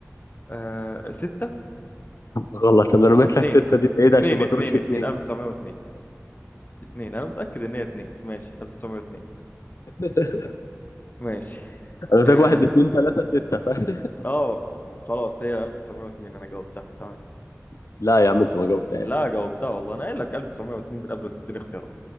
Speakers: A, on the left (about 35°); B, on the left (about 75°).
A: آه... ستة
B: غلط انا رميت
A: اتنين
B: لك ستة دي بعيد
A: اتنين
B: عشان ما
A: اتنين
B: تقولش اتنين
A: اتنين 1902 اتنين انا متأكد ان هي اتنين ماشي 1902
B: <laughs>
A: ماشي
B: انا قلت
A: آه...
B: لك واحد اتنين تلاتة ستة فاهم
A: اه خلاص هي 1902 انا جاوبتها تمام
B: <laughs> لا يا عم انت ما جاوبتهاش
A: لا جاوبتها والله انا قايل لك 1902 من قبل ما تديني اختيارات